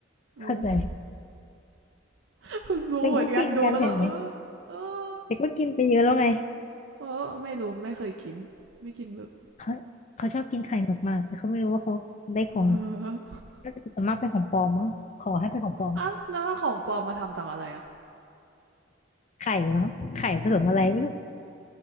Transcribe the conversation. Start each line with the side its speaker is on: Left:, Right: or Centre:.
Right: อืม
Left: เข้าใจ
Right: <laughs> เพิ่งรู้เหมือนกันดูแล้วก็เออเออ
Left: แต่ก็กินกันเห็นไหมแต่ก็กินไปเยอะแล้วไง
Right: เออไม่รู้ไม่เคยกินไม่กินหมึก
Left: เขาเขาชอบกินไข่หมึกมากแต่เขาไม่รู้ว่าเขาได้ของ
Right: <laughs>
Left: น่าจะส่วนมากเป็นของปลอมมั้งขอให้เป็นของปลอม
Right: อ่ะแล้วถ้าของปลอมมาทำจากอะไรอะ
Left: ไข่มั้งไข่ผสมอะไรไม่รู้